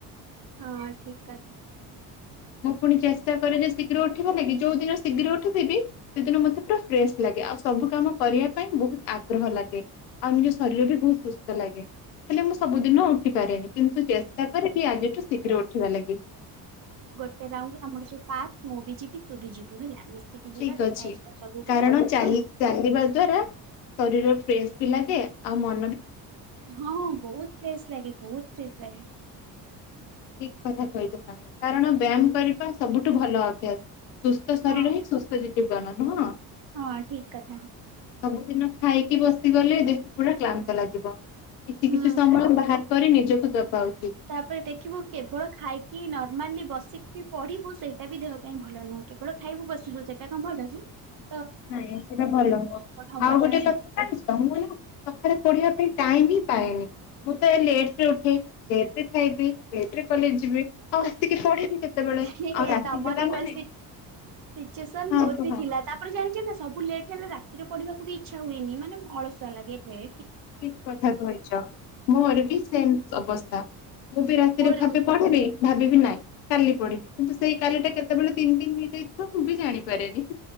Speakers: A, on the right; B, on the left.
A: ହଁ ଠିକ୍ କଥା।
B: ମୁଁ ପୁଣି ଚେଷ୍ଟା କରେ ଯେ ଶୀଗ୍ର ଉଠିଥିବି ଲାଗି ଯୋଉ ଦିନ ଶୀଗ୍ର ଉଠଥିବି ସେଦିନ ମତେ ପୁରା ଫ୍ରେସ୍ ଲାଗେ। ଆଉ ସବୁ କାମ କରିବା ପାଇଁ ବହୁତ ଆଗ୍ରହ ଲାଗେ ଆଉ ନିଜ ଶରୀର ବି ବହୁତ୍ ସୁସ୍ଥ ଲାଗେ। ହେଲେ ମୁଁ ସବୁଦିନ ଉଠିପାରେନି। କିନ୍ତୁ ଚେଷ୍ଟା କରିବି ଆଜିଠୁ ଶୀଗ୍ର ଉଠିବା ଲାଗି।
A: ଟେରାଉଣ୍ଡୁ ଆମର ସେଯୁ ପାର୍କ ମୁଁ ବି ଯିବି ତୁ ବି ଯିବୁ ହେଲା। ମିଶିକି
B: ଠିକ୍
A: ଯିବା ଦେଖା
B: ଅଛି
A: ହେଇଯିବା ସବୁବେଳେ
B: କାରଣ ଚାଲି
A: ତ
B: ଚାଲିବା ଦ୍ଵାରା ଶରୀର ଫ୍ରେସ୍ ବି ଲାଗେ ଆଉ ମ
A: ହଁ ବହୁତ୍ ଫ୍ରେସ୍ ଲାଗେ ବହୁତ ଫ୍ରେସ୍ ଲାଗେ।
B: ଠିକ୍ କଥା କହିଛ ସାଙ୍ଗ କାରଣ ବ୍ୟାମ୍ କରିବା ସବୁଠୁ ଭଲ ଅଭ୍ୟାସ। ସୁସ୍ଥ ଶରୀର
A: ହଁ
B: ହିଁ ସୁସ୍ଥ ଜୀବନ ନୁହଁ?
A: ହଁ ଠିକ୍ କଥା।
B: ସବୁଦିନ ଖାଇକି ବସି ଗଲେ ଦେହ ପୁରା କ୍ଳାନ୍ତ ଲାଗିବ! କିଛି
A: ହୁଁ
B: କିଛି ସମୟ
A: ଖା
B: ବାହାର କରି ନିଜକୁ ଦବା ଉଚିତ୍।
A: ତାପରେ ଦେଖିବୁ କେବଳ ଖାଇକି ନର୍ମାଲି ବସିକି ପଢିବୁ ସେଇଟା ବି ଦେହ ପାଇଁ ଭଲ ନୁହେଁ କେବଳ ଖାଇବୁ ବସିବୁ ସେଟା କଣ ଭଲ କିସେ
B: ନାଇଁ ସେଇଟା ଭଲ ନୁହଁ
A: ହବାଟା
B: ଆଉ ଗୋଟେ କଥା ଜାଣିଚ ମୁ ନୁ ସଖାଳେ ପଢିବା ପାଇଁ ଟାଇମ୍ ହିଁ ପାଏନି ମୁଁ ତ ଲେଟ୍ ଉଠେ ଲେଟ୍ ଖାଇବି ଲେଟ୍ର ରେ କଲେଜ୍ ଯିବି ବସିକି ପଢିବି କେତେବେଳେ
A: ନାଁ ହି
B: ଆଉ
A: ଏ
B: ରାତି
A: ତମରୀ
B: ହେଲା ମାନେ
A: ଭଳି ସି ସିଚେସନ୍
B: ହଁ
A: ମୋର
B: କୁହ
A: ବି ଥିଲା ତା ପଣ ଜାଣିଛନ୍ତି ସବୁ ଲେଟ୍ ହେଲା ରାତିରେ ପଢିବାକୁ ବି ଇଛା ହୁଏନି ମାନେ ଅଳସୁଆ ଲାଗେ ଏହେ
B: ଠିକ୍ କଥା କହିଛ ମୋର ବି ସେମ୍ ଶ୍ ଅବସ୍ଥା। ମୁଁ ବି ରାତିରେ
A: ମୋର
B: ଭାବେ
A: ବି
B: ପଢିବି ଭାବିବି ନାହିଁ କାଲି ପଢିବି କିନ୍ତୁ ସେଇ କାଲିଟା କେତେବେଳେ ତିନ୍ ଦିନ୍ ହେଇଯାଇଥିବ ମୁଁ ବି ଜାଣିପାରେନି।